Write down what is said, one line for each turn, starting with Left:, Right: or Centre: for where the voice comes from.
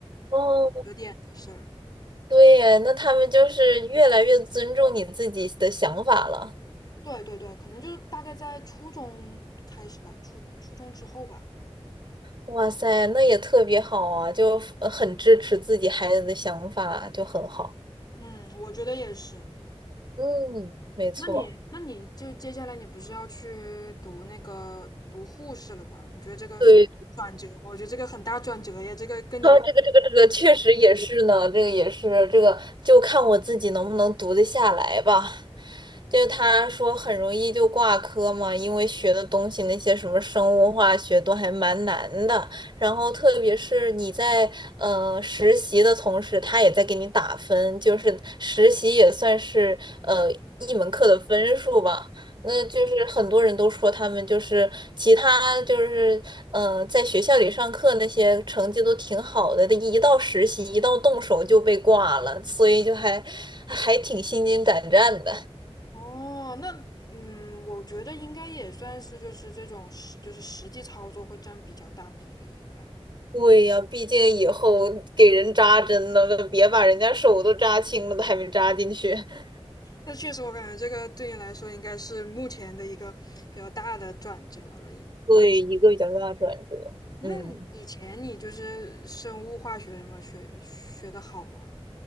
Right: 哦，
Left: 的事儿。
Right: 对耶，那他们就是越来越尊重你自己的想法了。
Left: 对对对，可能就是大概在初中开始吧，初初中之后吧。
Right: 哇塞，那也特别好啊，就呃很支持自己孩子的想法，就很好。
Left: 嗯，我觉得也是。
Right: 嗯，没错。
Left: 那你那你就接下来你不是要去读那个读护士了吗？你觉得这个转折吗？
Right: 对。
Left: 我觉得这个很大转折呀，这个跟你原
Right: 呃，这个这个这个确实也是呢，这个也是这个，就看我自己能不能读得下来吧。就他说很容易就挂科嘛，因为学的东西那些什么生物化学都还蛮难的。然后特别是你在呃实习的同时，他也在给你打分，就是实习也算是呃一门课的分数吧。那就是很多人都说他们就是其他就是嗯，在学校里上课那些成绩都挺好的，一到实习一到动手就被挂了，所以就还还挺心惊胆战的。<laughs>
Left: 哦，那嗯，我觉得应该也算是就是这种实就是实际操作会占比较大比例，应该。
Right: 对呀，毕竟以后给人扎针了，别把人家手都扎青了，都还没扎进去。<laughs>
Left: 那确实，我感觉这个对你来说应该是目前的一个比较大的转折了。
Right: 对，一个比较大的转折。
Left: 那以前你就是生物化学什么学学的好吗？
Right: 嗯，